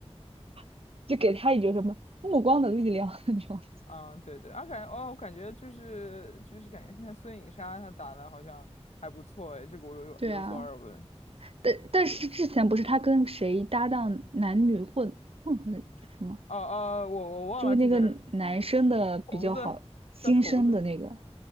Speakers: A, on the right; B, on the left.
A: <laughs> 就给他一种什么目光的力量 <laughs>，那种。
B: 啊，对对，啊，感觉哦，我感觉就是就是感觉现在孙颖莎她打的好像还不错哎，这个我有有一所耳闻。
A: 对啊，但但是之前不是他跟谁搭档男女混混合的什么？
B: 哦、哦、我我忘了这个人，
A: 就是那个男生的比较好，
B: 嗯，头子叫头子，
A: 新生的那个